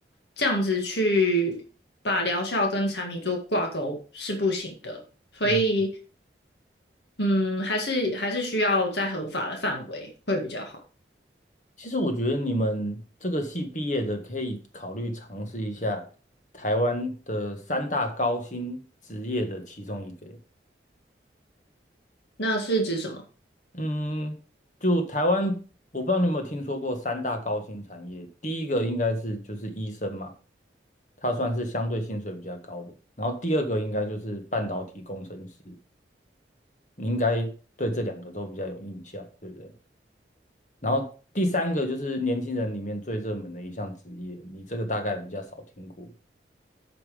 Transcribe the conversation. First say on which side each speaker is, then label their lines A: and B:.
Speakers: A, on the left; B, on the left.
A: 这样子去把疗效跟产品做挂钩是不行的，所以
B: 嗯。
A: 嗯，还是还是需要在合法的范围会比较好。
B: 其实我觉得你们这个系毕业的可以考虑尝试一下台湾的三大高薪职业的其中一个欸
A: 那是指什么？
B: 嗯，就台湾，我不知道你有没有听说过三大高薪产业。第一个应该是就是医生嘛，他算是相对薪水比较高的。然后第二个应该就是半导体工程师，你应该对这两个都比较有印象，对不对？然后第三个就是年轻人里面最热门的一项职业，你这个大概比较少听过。